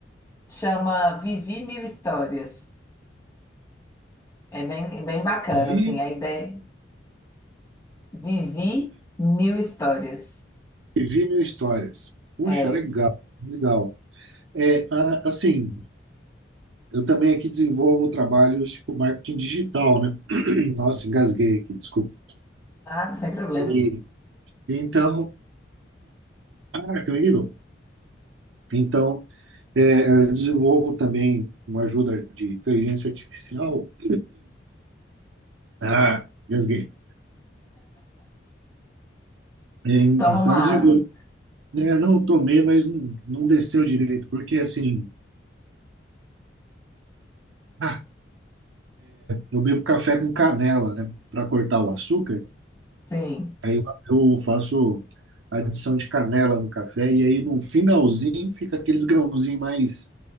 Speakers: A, on the left; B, on the right.
A: Chama Vivi Mil Histórias. É bem, é bem bacana,
B: Vi
A: assim, a ideia. Vivi Mil Histórias.
B: E vi mil histórias. Puxa,
A: É,
B: legal, legal. É, a- assim, eu também aqui desenvolvo trabalhos com marketing digital, né? <clears throat> Nossa, engasguei aqui, desculpa.
A: ah, sem problemas.
B: E, então, ah, que horrível. Então, é, eu desenvolvo também com a ajuda de inteligência artificial. <clears throat> Ah, engasguei. É, então,
A: Toma uma
B: eu desenvolvo.
A: água.
B: né, não eu tomei, mas não, não desceu direito, porque assim, ah, eu bebo café com canela, né? Para cortar o açúcar.
A: Sim,
B: Aí eu eu faço adição de canela no café e aí no finalzinho fica aqueles grãozinhos mais,